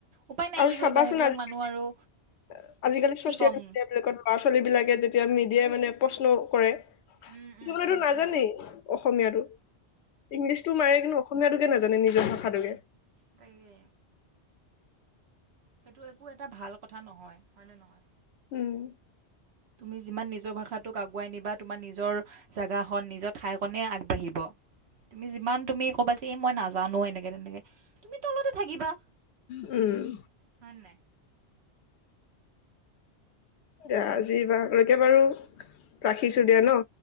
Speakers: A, on the right; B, on the left.
A: উপায় নাই
B: আৰু
A: কি
B: চাবাচোন
A: কৰিবা সেইবিলাক
B: আজিকালি
A: মানুহ আৰু
B: আজিকালি ছ'চিয়েল
A: কি ক'ম
B: মিডিয়াবিলাকত ল'ৰা-ছোৱালীবিলাক গে যেতিয়া মিডিয়াই মানে প্ৰশ্ন কৰে। কি
A: উম উম
B: মানে এইটো
A: উম
B: নাজানেই
A: উম
B: অসমীয়াটো। ইংলিছটো মাৰে কিন্তু অসমীয়াাতোকে না জানে নিজৰ ভাষাটোকে।
A: তাগে সেইটো একো এটা ভাল কত থা নহয়, হয় না নহয়?
B: উম।
A: তুমি যিমান নিজৰ ভাষাটোক আগুৱাই নিবা তোমাৰ নিজৰ জাগাখন নিজৰ ঠাইকনে আগবাঢ়িব। তুমি যিমান তুমি ক'বা এই মই নাজ জানো এনেকে তেনেকে তুমি তলতে থাকিবা
B: উম
A: হয়নে নাই
B: দিয়া আজি বাৰলৈকে বাৰু, ৰাখিছো দিয়া ন